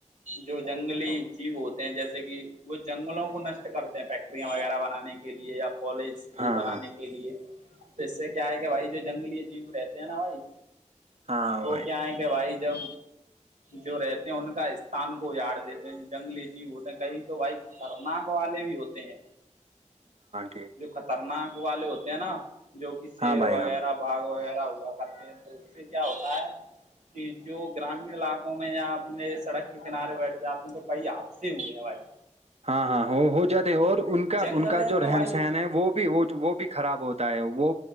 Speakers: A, on the right (about 75°); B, on the right (about 55°).
A: جو جنگلی جیو ہوتے ہیں جیسے کہ وہ جنگلوں کو نشٹ کرتے ہیں فیکٹریاں وغیرہ بنانے کے لیے یا کالج اسکول
B: ہاں
A: بنانے
B: ہاں
A: کے لیے تو اس سے کیا ہے کہ بھائی جو جنگلی جیو رہتے ہیں نا بھائی
B: ہاں
A: وہ
B: بھائی
A: کیا ہے کہ بھائی جب جو رہتے ہیں ان کا استان کو یاار دیتے ہیں جنگلی جی ہوتے ہیں کئی تو وہائی خطرناک والے بھی ہوتے ہیں
B: کے
A: جو خطرناک والے ہوتے ہیں نا جو کہ شیر
B: ہاں بھائی
A: وغیرہ
B: ہاں بھائی
A: باغ وغیرہ ہوا کرتے ہیں تو اس سے کیا ہوتا ہے کہ جو گرامین علاقوں میں اپنے سڑک کے کنارے بیٹھ جاتے ہیں تو کئی حادثے ہوئے ہیں بھائیی
B: ہاں ہاں وہ ہو جاتے ہیں اور ان کا
A: جنگل
B: ان کا
A: ہے
B: جو
A: تو
B: رہن
A: بھائی
B: سہن
A: اس
B: ہے وہ بھی وہ وہ بھی خراب ہوتا ہے وہ